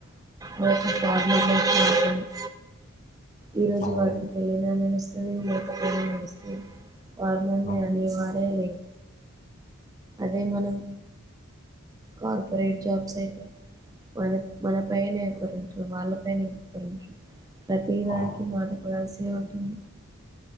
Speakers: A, on the right; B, on the left.
A: <unintelligible> ఈ రోజు
B: అవును
A: వాటికి వెళ్ళినా నడుస్తుంది వెళ్లకపోయినా నడుస్తుంది ఫార్మర్ నీ
B: ఆ
A: అనే వారే లేరు అదే మనం కార్పొరేట్ జాబ్స్ అయితే మన మన పైనో క్కరు వాళ్ళ పైన ఇంకొకరు ప్రతి దారికి
B: ఆ
A: మాట పడాల్సి ఉంటుంది